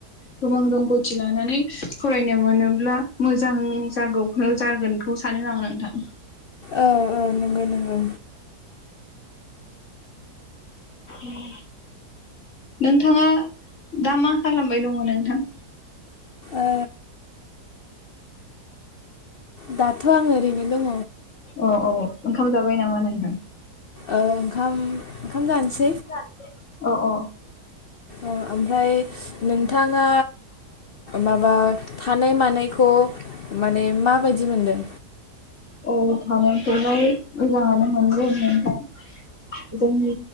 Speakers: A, on the left; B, on the left.
A: गोबां रोंगौथि लानानै फरायनो मोनोब्ला मोजां जागौ ओ जागोनखौ सानो आं नोंथां।
B: औ औ नंगौ नंगौ
A: उम। नोंथाङा दा मा खालामबाय दङ नोंथां?
B: ओ दाथ' आं ओरैनो दङ।
A: औ औ ओंखाम जाबाय नामा नोंथां?
B: ओ ओंखाम ओंखाम जानोसै।
A: ओंखाम जानोसै अ अ।
B: ओ ओमफ्राय नोंथाङा माबा थानाय मानायखौ माने माबायदि मोनदों
A: औ थानायानथलाय मोजाङानो मोनदों नोंथां जोंनि